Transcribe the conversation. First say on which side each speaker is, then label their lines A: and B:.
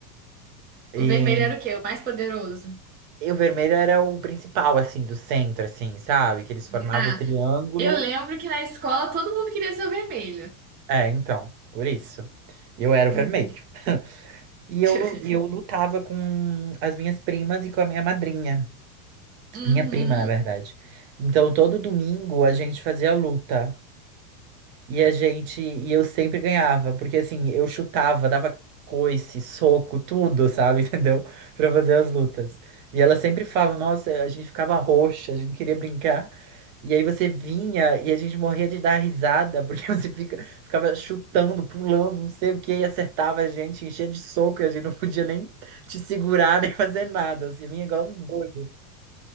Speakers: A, on the right (about 55°); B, on the right (about 20°).
A: E,
B: O vermelho era o quê? O mais poderoso.
A: e o vermelho era o principal, assim, do centro, assim, sabe? Que eles formavam
B: Ah,
A: o triângulo.
B: Eu lembro que na escola todo mundo queria ser o vermelho.
A: É, então, por isso. Eu era o
B: Uhum.
A: vermelho. E eu,
B: <laughs>
A: lu- e eu lutava com as minhas primas e com a minha madrinha.
B: Uhum.
A: Minha prima, na verdade. Então, todo domingo a gente fazia luta. E a gente, e eu sempre ganhava, porque assim, eu chutava, dava coice, soco, tudo, sabe, <laughs> entendeu? Pra fazer as lutas. E ela sempre fala, nossa, a gente ficava roxa, a gente não queria brincar. E aí você vinha e a gente morria de dar risada, porque <laughs> você fica, ficava chutando, pulando, não sei o que e acertava a gente, enchia de soco, e a gente não podia nem te segurar, <laughs> nem fazer nada. Você vinha igual um doido.